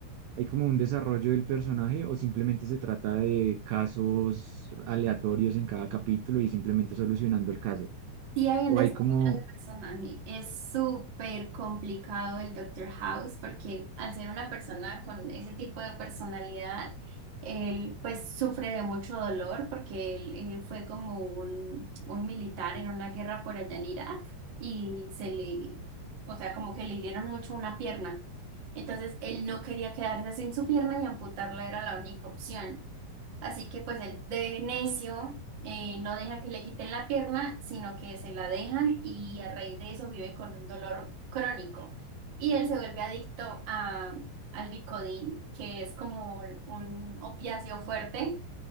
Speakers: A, on the right; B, on the right.
A: ¿hay como un desarrollo del personaje o simplemente se trata de casos aleatorios en cada capítulo y simplemente solucionando el caso?
B: sí hay
A: ¿O
B: un destino
A: hay como...
B: personaje. Es súper complicado el Doctor House porque al ser una persona con ese tipo de personalidad, él pues sufre de mucho dolor porque él, él fue como un, un militar en una guerra por allá en Irak y se le, o sea, como que le hirieron mucho una pierna. Entonces él no quería quedarse sin su pierna y amputarla era la única opción. Así que pues el de necio eh, no deja que le quiten la pierna, sino que se la dejan y a raíz de eso vive con un dolor crónico. Y él se vuelve adicto a, al Vicodin, que es como un opiáceo fuerte